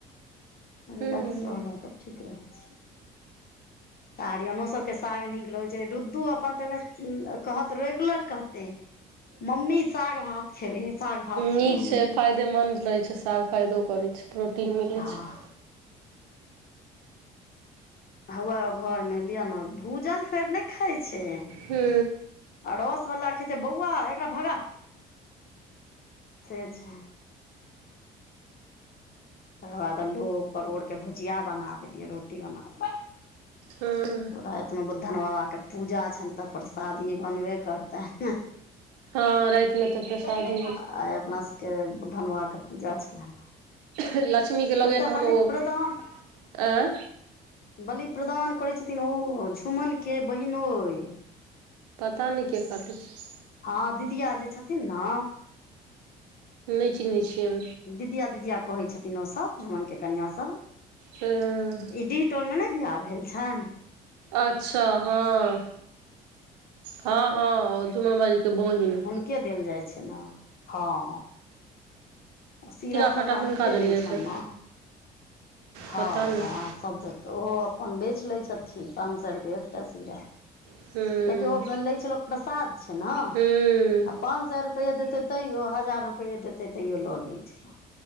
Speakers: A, on the left (about 50°); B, on the right (about 90°).
A: रिलैक्स
B: हूँ
A: रहलहुँ तऽ ठीक रहै छीय। आरियनो सबके साग नीक लगैत छै रुदू अपन तऽ में कह तऽ रेगुलर कहते मम्मी साग भात खेबेे साग भात
B: नीक
A: खेबे मम्मी
B: छै फायदेमन्द रहैत छै साग फायदो करै छै प्रोटीन मिलैत
A: हँ
B: छै।
A: हौए घरमे लिअ ने भूजल फेर नहि खाइत छै।
B: हू।
A: अड़ोस वला खेत बौआ एकरा भगा से छैा तकर बाद अल्लू अ परोड़के भुजिया बना देलियै रोटी बना दे
B: हूं।
A: रातिमे बुद्धन बाबाके पूजा छनि तऽ परसादी बनबे करतनि
B: हँ रातिमे तऽ प्रसादी
A: गेलै <unintelligible> आई अपना सभके बुद्धन बाबाके पूजा छलनि
B: लक्ष्मी के लगे
A: एतय
B: य तहन
A: बलि
B: ओ <unintelligible>
A: प्रदान
B: आ
A: बलि प्रदान करै छथिन ओ झुम्मन के बहिनोइ
B: पता नहि के काटै छै।
A: हँ दीदिया जे छथिन ने।
B: नहि चिन्हैत छियै
A: दीदिया दीदिया कहै छथिन ओसभ झुमनके कनिआँ सभऽ
B: हँ।
A: ई डि टोलमे नहि बिआह भेल छनि।
B: अच्छा हँ हँ
A: आब
B: हँ जुम्मा बाली के बोहिन
A: के देल जाइ छै ने हँ सीरा सभटा
B: आटाटा
A: हुनके
B: हुनका देल
A: दै
B: जाइ
A: छनि
B: छै
A: ने हँ
B: पता नहि
A: हँ सभ बेर ओहो अपन बेच लै छथिन पाँच सए रुपैए एकटा सीरा।
B: हूँ
A: कियकि ओ लै छै लोक प्रसाद छै ने।
B: हूँ
A: पाँच सए रुपैए देतै तैओ हजार रुपैए देतै तैओ लऽ लै छैय।